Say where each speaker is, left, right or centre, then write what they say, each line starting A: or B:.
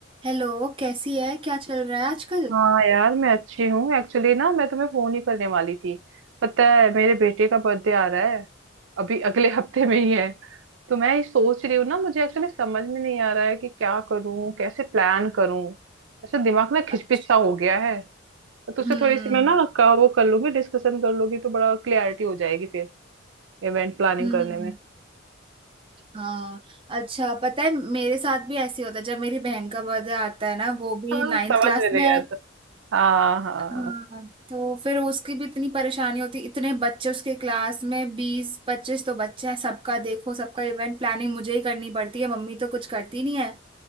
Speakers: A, on the right (about 25°); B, on the right (about 75°).
A: हेलो कैसी है क्या चल रहा है आजकल
B: हाँ यार मैं अच्छी हूँ एक्चुअली ना मैं तुम्हें फोन ही करने वाली थी पता है मेरे बेटे का बर्थडे आ रहा है अभी <laughs> अगले हफ्ते में ही है तो मैं ये सोच रही हूँ ना मुझे एक्चुअली समझ में नहीं आ रहा है कि क्या करूँ कैसे प्लान करूँ ऐसा दिमाग ना खिचपिच
A: अच्छा
B: सा हो गया है तो तुझसे
A: हम्म
B: थोड़ी सी मैं ना का वो कर लूंगी डिस्कशन कर लूंगी तो बड़ा क्लियरिटी हो जाएगी फिर इवेंट प्लानिंग
A: हम्म
B: करने में
A: हाँ अच्छा पता है मेरे साथ भी ऐसे ही होता है जब मेरी बहन का बर्थडे आता है ना वो भी
B: हाँ
A: नाइन्थ
B: समझ
A: क्लास
B: में नहीं
A: में है
B: आता हाँ हाँ
A: हाँ तो फिर उसकी भी इतनी परेशानी होती इतने बच्चे उसके क्लास में बीस पच्चीस तो बच्चे हैं सबका देखो सबका इवेंट प्लानिंग मुझे ही करनी पड़ती है मम्मी तो कुछ करती नहीं है